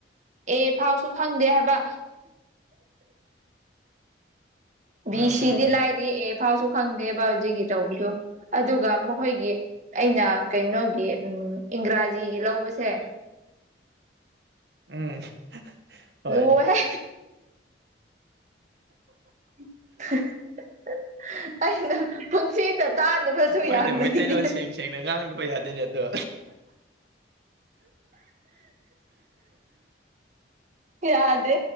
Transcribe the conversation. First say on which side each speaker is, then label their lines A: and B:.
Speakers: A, on the right; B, on the right.
A: ꯑꯦ ꯐꯥꯎꯁꯨ ꯈꯪꯗꯦ ꯍꯥꯏꯕ ꯕꯤ
B: ꯎꯝ
A: ꯁꯤꯗꯤ
B: ꯎꯝ
A: ꯂꯥꯏꯔꯤ ꯑꯦ ꯐꯥꯎꯁꯨ ꯈꯪꯗꯦꯕ ꯍꯧꯖꯤꯛꯀꯤ ꯇꯧꯕꯗꯣ ꯑꯗꯨꯒ ꯃꯈꯣꯏꯒꯤ ꯑꯩꯅ ꯀꯩꯅꯣꯒꯤ ꯎꯝ ꯏꯪꯒ꯭ꯔꯥꯖꯤꯒꯤ ꯂꯧꯕꯁꯦ
B: ꯎꯝ ꯍꯣꯏ
A: ꯂꯨꯋꯦꯍꯦ <unintelligible> ꯑꯩꯅ ꯄꯨꯟꯁꯤꯗ ꯇꯥꯗꯕꯁꯨ
B: ꯃꯣꯏꯅ
A: ꯌꯥꯝ ꯂꯩꯌꯦ
B: ꯃꯩꯇꯩꯂꯣꯟ ꯁꯦꯡ ꯁꯦꯡꯅ ꯉꯥꯡꯗꯕ ꯌꯥꯗꯦꯅꯦ ꯑꯗꯣ
A: ꯌꯥꯗꯦ